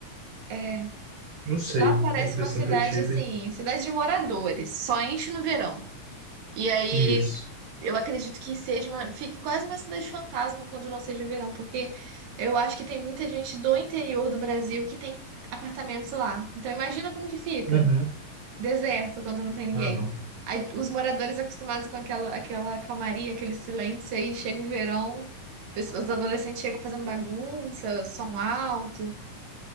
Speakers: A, on the right; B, on the right.
A: É.
B: Não sei,
A: Lá parece
B: a impressão
A: uma cidade
B: que eu tive.
A: assim, cidade de moradores, só enche no verão. E aí,
B: Isso.
A: eu acredito que seja uma. Fique quase uma cidade fantasma quando não seja verão, porque eu acho que tem muita gente do interior do Brasil que tem apartamentos lá. Então, imagina como que fica.
B: Uhum.
A: Deserto quando não tem ninguém.
B: Ah, não.
A: Aí, os moradores acostumados com aquela, aquela calmaria, aquele silêncio, aí chega o verão, pessoas- os adolescentes chegam fazendo bagunça, som alto.